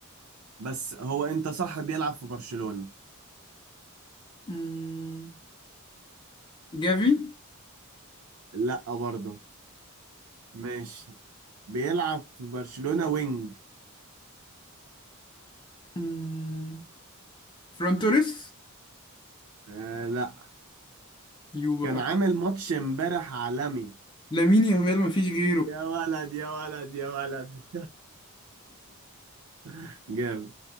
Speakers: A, on the right; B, on the left.
A: بس هو انت صح بيلعب في برشلونة
B: مم، جافي
A: لا برضه ماشي بيلعب في برشلونة وينج
B: مم، فران توريس
A: آه لا
B: يو
A: كان
B: بقى
A: عامل ماتش امبارح عالمي
B: لامين يامال مفيش غيره
A: يا ولد يا ولد يا ولد <laughs> جامد